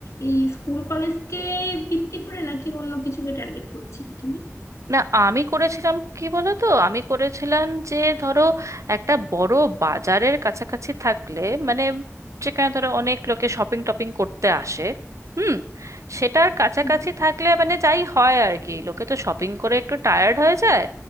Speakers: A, on the left; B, on the right.
A: এই স্কুল কলেজকে ভিত্তি করে নাকি অন্য কিছুকে টার্গেট করেছিলে তুমি
B: না আমি করেছিলাম কি বলো তো আমি করেছিলাম যে ধরো একটা বড় বাজারের কাছাকাছি থাকলে মানে যেখানে ধরো অনেক লোকে শপিং টপিং করতে আসে হুম সেটার কাছাকাছি
A: হুম,
B: থাকলে মানে যাই হয় আর কি লোকে তো শপিং করে একটু টায়ার্ড হয়ে যায়